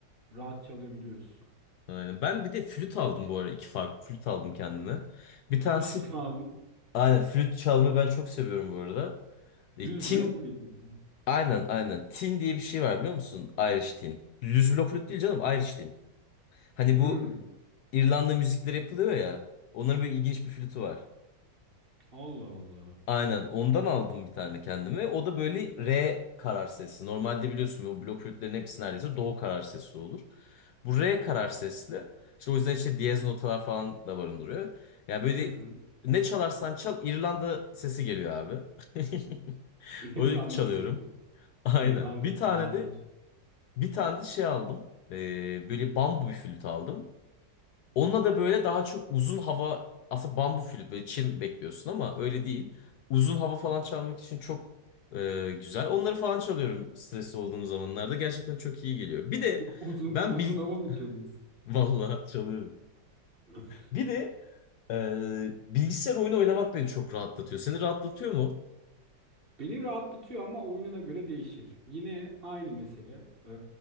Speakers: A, on the right (about 30°); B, on the left (about 70°).
A: rahat çalabiliyorsun.
B: Aynen. Ben bir de flüt aldım bu ara. İki farklı flüt aldım kendime.
A: <laughs>
B: Bir
A: Flüt
B: tanesi
A: mü aldın?
B: aynen flüt çalmayı ben çok seviyorum bu arada. E,
A: Düz
B: tin
A: blok flüt mü?
B: aynen aynen. Tin diye bir şey var biliyor musun? Irish tin. Düz blok flüt değil canım, Irish tin. Hani
A: Hmm.
B: bu İrlanda müzikleri yapılıyor ya. Onların böyle ilginç bir flütü var.
A: Allah Allah.
B: Aynen ondan aldım bir tane kendime. O da böyle R karar sesi. Normalde biliyorsun o blok flütlerin hepsi neredeyse do karar sesi olur. Bu R karar sesli. İşte o yüzden işte diyez notalar falan da barındırıyor. Yani böyle
A: Hı hı.
B: ne çalarsan çal İrlanda sesi geliyor abi. <laughs>
A: İrlanda
B: Onu çalıyorum.
A: sesi.
B: Aynen.
A: İrlanda
B: Bir tane
A: sound.
B: de bir tane de şey aldım. Ee, böyle bambu bir flüt aldım. Onunla da böyle daha çok uzun hava aslında bambu flüt böyle Çin bekliyorsun ama öyle değil. Uzun hava falan çalmak için çok e, güzel. Onları falan çalıyorum stresli olduğum zamanlarda. Gerçekten çok iyi geliyor. Bir de
A: U- uzun
B: ben
A: uzun
B: bil...
A: hava
B: <laughs>
A: mı çalıyorsun?
B: Vallahi çalıyorum.
A: <laughs>
B: Bir de e, bilgisayar oyunu oynamak beni çok rahatlatıyor. Seni rahatlatıyor mu? <laughs>
A: Beni rahatlatıyor ama oyununa göre değişir. Yine aynı mesele. Ee,